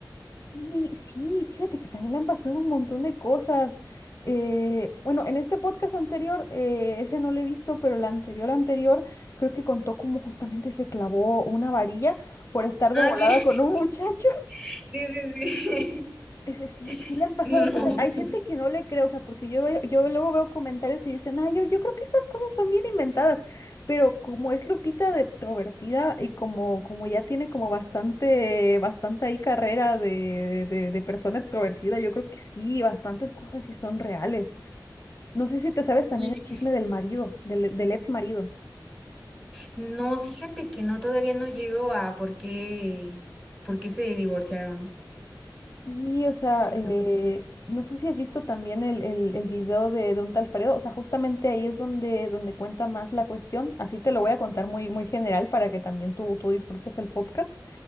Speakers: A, on the left; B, in the centre.
A: Y sí, fíjate que también le han pasado un montón de cosas. Eh, bueno, en este podcast anterior, eh, ese no lo he visto, pero el anterior anterior creo que contó como justamente se clavó una varilla por estar
B: Ah,
A: de volada
B: sí,
A: con
B: <laughs>
A: un muchacho.
B: sí, sí,
A: Ese sí, sí le
B: sí.
A: han pasado
B: <laughs> No.
A: cosas. Hay gente que no le cree, o sea, porque yo, veo- yo luego veo comentarios y dicen, ah, yo, yo creo que estas cosas son bien inventadas, pero como es Lupita de extrovertida y como, como ya tiene como bastante, bastante ahí carrera de, de, de persona extrovertida, yo creo que sí, bastantes cosas sí son reales. No sé si te sabes también
B: Y-
A: el chisme del marido, del, del ex marido.
B: No, fíjate que no, todavía no llego a por qué, por qué se divorciaron.
A: Y, o sea,
B: ¿Qué
A: eh,
B: pasó?
A: no sé si has visto también el, el, el video de, de un tal Fredo, o sea, justamente ahí es donde, donde cuenta más la cuestión, así te lo voy a contar muy, muy general para que también tú, tú disfrutes el podcast.